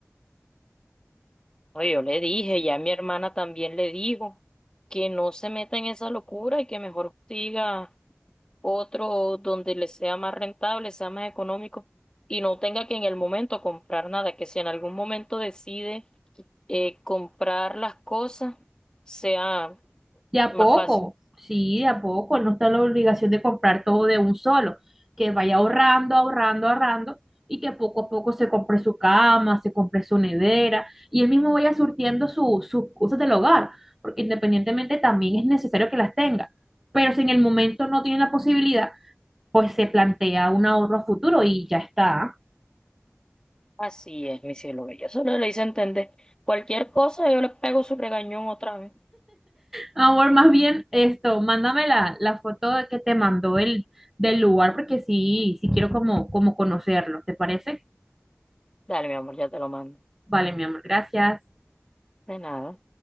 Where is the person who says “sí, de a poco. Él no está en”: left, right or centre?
Centre